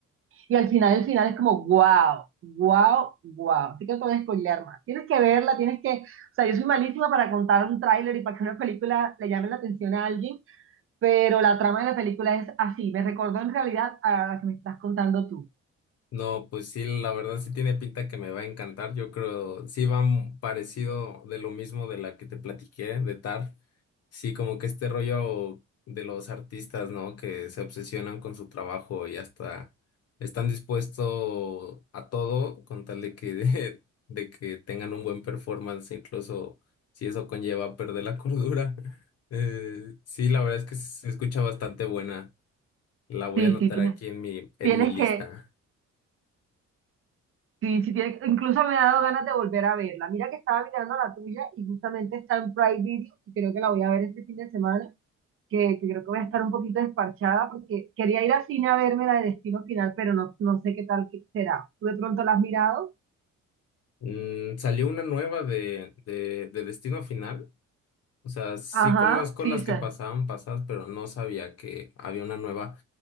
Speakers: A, on the right; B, on the left.
A: y al final, el final es como, wow, wow, wow, así que no te voy a spoilear más, tienes que verla, tienes que, o sea, yo soy malísima para contar un tráiler y para que una película le llame la atención a alguien, pero la trama de la película es así, me recordó en realidad a la que me estás contando tú,
B: No, pues sí, la verdad sí tiene pinta que me va a encantar. Yo creo, sí va m- parecido de lo mismo de la que te platiqué, de TAR. Sí, como que este rollo de los artistas, ¿no? Que se obsesionan con su trabajo y hasta están dispuestos a todo con tal de que, <laughs> de, de que tengan un buen performance, incluso si eso conlleva perder la cordura. <laughs> Eh, sí, la verdad es que se escucha bastante buena. La voy
A: sí,
B: a anotar
A: sí, tienes,
B: aquí en mi, en
A: tienes
B: mi lista.
A: que Sí, sí tiene, incluso me ha dado ganas de volver a verla. Mira que estaba mirando la tuya y justamente está en Prime Video y creo que la voy a ver este fin de semana, que, que creo que voy a estar un poquito desparchada porque quería ir al cine a verme la de Destino Final, pero no, no sé qué tal que será. ¿Tú de pronto la has mirado?
B: Mm, salió una nueva de, de, de Destino Final. O sea, sí
A: Ajá,
B: conozco
A: sí,
B: las
A: sí.
B: que pasaban pasadas, pero no sabía que había una nueva.